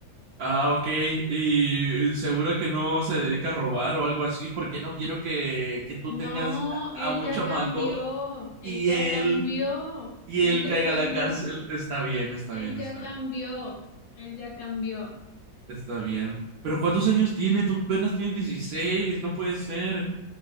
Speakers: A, on the right; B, on the left.
A: Ah, ok. Y seguro que no se dedica a robar o algo así, porque no quiero que, que tú
B: No,
A: tengas a
B: él
A: un
B: ya
A: chamaco
B: cambió, él
A: y
B: ya
A: él,
B: cambió,
A: y
B: él
A: él
B: ya
A: caiga
B: cambió,
A: a la cárcel. Está bien, está
B: él
A: bien, está
B: ya cambió,
A: bien,
B: él ya cambió,
A: está bien. Pero ¿cuántos años tiene? Tú apenas tienes 16. no puede ser.